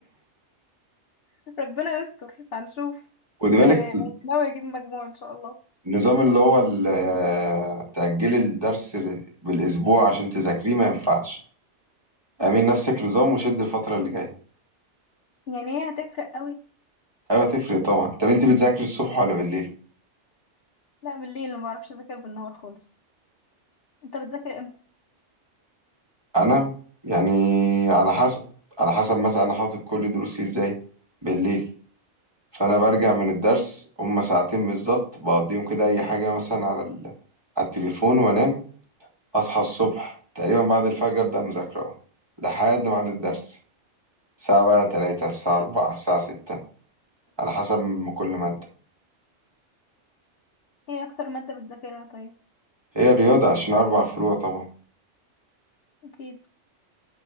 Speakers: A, on the left (about 55°); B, on the right (about 20°).
A: ربنا يستر هنشوف
B: خدي بالك
A: بس ناوي اجيب مجموع ان شاء الله
B: النظام اللي هو ال- آه، تأجلي الدرس ل- بالأسبوع عشان تذاكريه ما ينفعش اعملي نفسك نظام وشد الفترة اللي جاية
A: يعني هي هتفرق قوي
B: أيوة تفرق طبعا طب أنت بتذاكري الصبح ولا بالليل؟
A: لا بالليل ما بعرفش اذاكر بالنهار خالص انت بتذاكر امتى
B: انا يعني على حسب على حسب مثلا انا حاطط كل دروسي ازاي بالليل فانا برجع من الدرس هما ساعتين بالظبط بقضيهم كده اي حاجه مثلا على ال... على التليفون وانام اصحى الصبح تقريبا بعد الفجر ابدا مذاكره اهو لحد ميعاد الدرس الساعه بقى 3 الساعه 4 الساعه 6 على حسب ما كل ماده
A: ايه اكتر ماده بتذاكرها طيب
B: هي رياضه عشان اربع فروع طبعا
A: اكيد